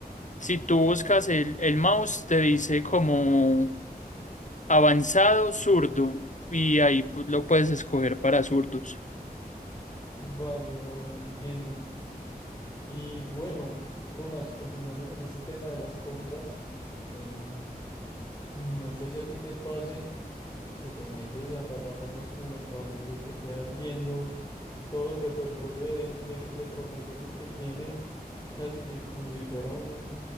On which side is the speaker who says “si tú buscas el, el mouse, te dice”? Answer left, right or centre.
Left